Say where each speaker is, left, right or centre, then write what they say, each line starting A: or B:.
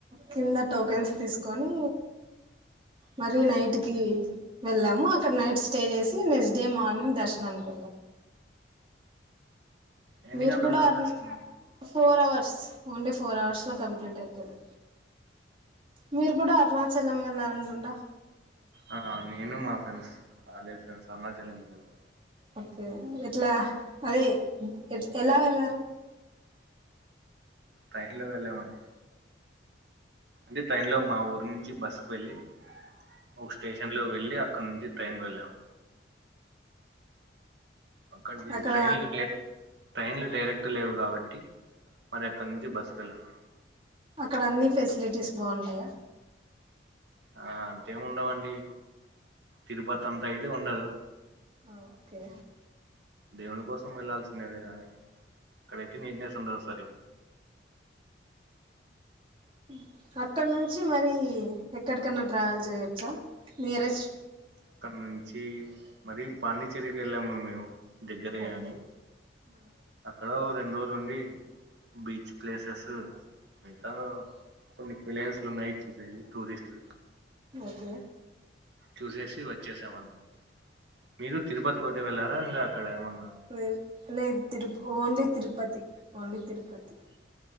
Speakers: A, on the right (about 30°); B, on the right (about 70°).
A: కింద టోకెన్స్ తీసుకొని మళ్ళి నైట్ కి వెళ్ళాము అక్కడ నైట్ స్టే చేసి నెక్స్ట్ డే మార్నింగ్ దర్శన అనుకుం లం
B: ఎన్ని
A: మీరు
B: గంటల్లో
A: కూడా అరు
B: దర్శనం
A: four hours only four అవర్స్లో కంప్లీట్ ఐతది మీరు కూడా అరుణాచలం వెళ్లారనుకుంటా
B: ఆ నేను మా friends college friends Arunachalam well
A: okay ఎట్లా అదే ఎ ఎలా వెళ్ళారు
B: టైర్ లో వెళ్ళామండి అంటే ట్రైన్ లో మా ఊరు నుంచి బస్సుకు వెళ్ళి ఒక స్టేషన్ లో వెళ్ళి అ అక్క నుంచి ట్రైన్ వెళం అక్కడికి
A: అక్కడ
B: ట్రైన్లు డే ట్రైన్లు డైరెక్ట్ లేవు కాబట్టి మరి అక్కడ నుంచి బస్సుకు వెళ్ళాము
A: అక్కడ అన్ని ఫెసిలిటీస్ బాగుంటాయా
B: ఆ అంతేం ఉండవండి తిరుపతి అంతా అయితే ఉండదు
A: ఆ ఓకే
B: దేవుని కోసం వెళ్లాల్సిందేదే గాని అక్కడైతే నీట్ నెస్ వుండదు సరి
A: ఉ అక్కడ నుంచి మరి ఎక్కడికన్నా ట్రావెల్ చేయొచ్చా నియరెస్
B: అక్కడ నుంచి మరి పాండిచ్చేరికి వెళ్ళాము మేము దగ్గరే
A: ఓకే
B: అని
A: ఆ
B: అక్కడ ఓ రెండు రోజులు ఉండి బీచ్ ప్లేసెస్ మిగతా కొన్ని ప్లేస్లు ఉన్నాయి చూసేవి టూరిస్ట్ వి
A: ఓకే
B: చూసేసి వచ్చేసామంతె మీరు తిరుపతి కోటే వెళ్లారా ఇంకా అక్కడ ఏమన్న
A: లేద్ లేద్ తిరు ఓన్లీ తిరుపతి ఓన్లీ తిరుపతి